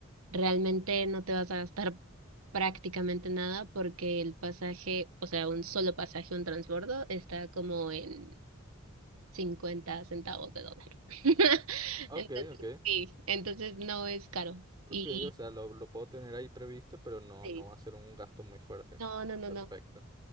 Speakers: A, on the right; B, on the right.
A: realmente no te vas a gastar prácticamente nada porque el pasaje, o sea, un solo pasaje, un transbordo, está como en 50 centavos de dólar. <laughs>
B: Ok,
A: Entonces,
B: ok.
A: sí, entonces no es caro.
B: Ok,
A: Y
B: o sea, lo, lo puedo tener ahí previsto, pero no,
A: sí,
B: no va a ser un gasto muy fuerte.
A: no, no, no,
B: Perfecto.
A: no.